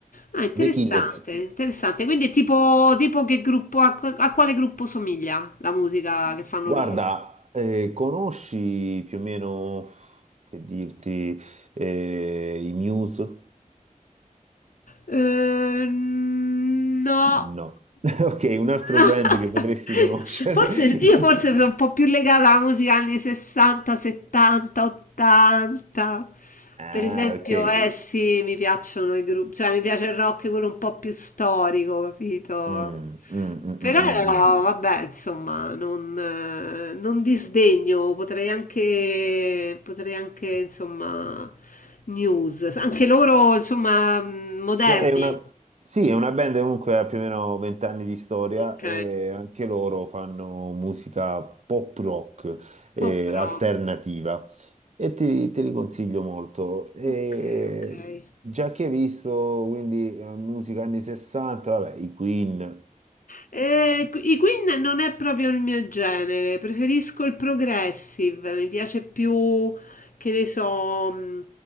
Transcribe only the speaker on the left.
Ah, interessante,
interessante. Quindi è tipo, tipo che gruppo, a, a quale gruppo somiglia la musica che fanno
loro?
Eh, no.
<laughs>
Forse io forse sono un
po' più legata alla musica anni 60, 70, 80.
Per esempio,
eh sì, mi piacciono i gruppi, cioè mi piace il rock quello un po' più storico, capito?
Però
vabbè, insomma, non, eh, non disdegno, potrei anche, potrei anche, insomma, news. Anche loro, insomma, mh, moderni.
Ok,
pop
rock.
Ok, ok.
Eh, I Queen non è proprio il mio genere, preferisco il progressive, mi piace più, che ne so, mh,